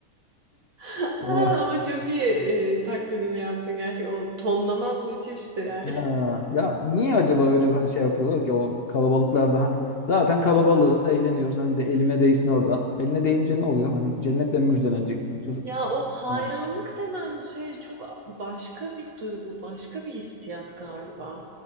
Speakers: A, on the right (about 70°); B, on the left (about 60°).
A: <laughs>
B: O.
A: Ama çok iyi, eee, taklidini yaptın gerçekten. O tonlaman müthişti yani.
B: Ha. Ya niye acaba öyle bir hani şey yapıyorlar ki o kalabalıklarda hani zaten kalabalığız eğleniyoruz hani bir de elime değsin orada. Eline değince ne oluyor? Hani cennetle müjdeleneceksin kızım.
A: Ya, o hayranlık
B: Ha.
A: denen şey çok a başka bir duygu, başka bir hissiyat galiba.